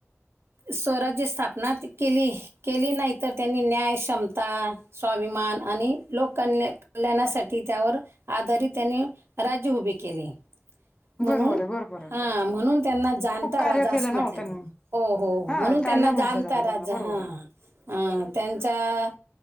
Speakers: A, on the right; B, on the left.
A: स्रा्य स्थापना केली केली नाही तर त्यांनी न्यायक्ष्षमता स्वाभिमान आणि लोककल्या कल्याणासाठी त्यावर आधारित त्यांनी राज्य उभे केले म्हणून
B: बरोबर आहे बरोबर आहे.
A: ह म्हणून त्यांना जाणता
B: खूप कार्य
A: राजा
B: केलं
A: असे म्हटले
B: ना हो त्यांनी.
A: ते हो हो
B: हा
A: म्हणून
B: ताजा
A: त्यांना
B: म्हटलं
A: जाणता
B: जाते
A: राजा
B: त्यांना बरोबर
A: हा
B: आहे.
A: अं त्यांचा